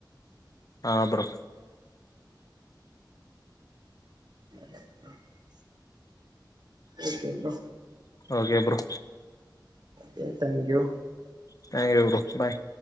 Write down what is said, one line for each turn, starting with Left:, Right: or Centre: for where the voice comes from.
Left: ఆ బ్రో
Right: అ okay bro
Left: okay bro
Right: okay thank you
Left: <unintelligible> bye